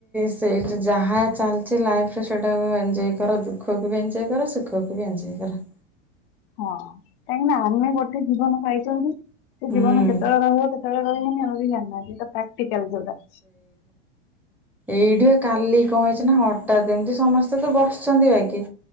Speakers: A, in the centre; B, on the left.
A: ସେଇଠା ଯାହା ଚାଲିଛି ଲାଇଫରେ ସେଇଟାକୁ ଏଞ୍ଜୟ୍ କର ଦୁଃଖକୁ ବି ଏନ୍ଜୟ କର ସୁଖକୁ ବି ଏନ୍ଜୟ କର।
B: ହଁ କାହିଁକି ନା ଆମେ ଗୋଟେ ଜୀବନ ପାଇାଇଛନ୍ତି। ସେ
A: ସେଇ
B: ଜୀବନ କେତେବେଳେ ରହିବ କେତେବେଳେ ରହିବନି। କେହି ଜାଣିନାହାନ୍ତି। ପ୍ରକ୍ଟିକଲ ଯୋଉଟା।
A: ଏଇଠୁ ଏ କାଲି କଣ ହେଇଛି ନା ହ ଯେମିତି ସମସ୍ତେ ତ ବସ ଆଛନ୍ତି ବାକିି